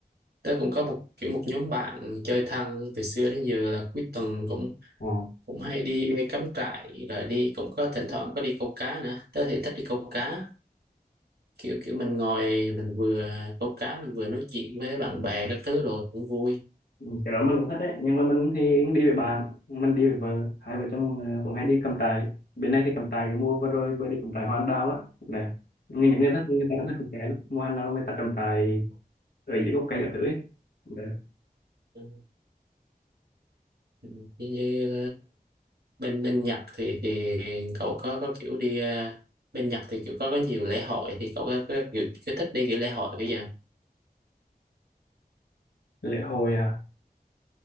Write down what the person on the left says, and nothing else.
Ờ.
Ừ, cái đó mình cũng thích đấy nhưng mà mình thì đi với bạn mình đi với vợ hai vợ chồng à, cũng hay đi cắm trại bên này thì cắm trại cái mua vừa rồi vừa đi cắm trại hoa anh đào á nè như những người thích người ta cũng thích cắm trại lắm mua hoa anh đào người ta cắm trại ở dưới gốc cây ở thử ấy Đấy.
lễ hội à